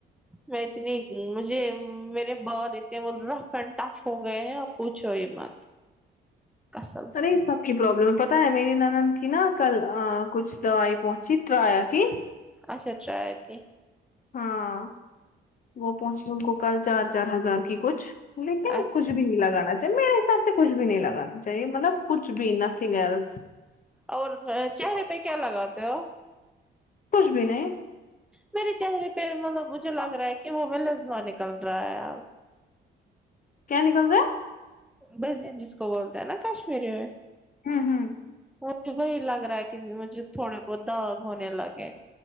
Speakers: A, in the centre; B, on the left.
A: میں اتنی مجھے میرے بال اتنے رف اینڈ ٹف ہو گئے ہیں اب پوچھو ہی مت کسم
B: سرے
A: سے
B: <unintelligible> پرابلم پتا ہے میری نند کی نا کل کچھ دوائی پہنچی ٹرایا کی
A: اچھا ٹرایا کی
B: ہاں وہ پہنچی ان کو کل چار چار ہزار کی کچھ لیکن
A: اچھا
B: کچھ بھی نہیں لگانا جب میرے حساب سے کچھ بھی نہیں لگانا چاہیے مطلب کچھ بھی نہ تھنگ الس
A: اور بھ چہرے پہ کیا لگاتے ہو
B: کچھ بھی نہیں
A: میرے چہرے پہ مطلب مجھے لگ رہا ہے کہ وہ نزلہ نکل رہا ہے
B: کیا نکل رہا ہے
A: بزے جس کو بولتے ہیں نا کشمیری میں
B: ہمم ہمم
A: مجھے وہی لگ رہا ہے کہ مجھے تھوڑے بہت داغ ہونے لگے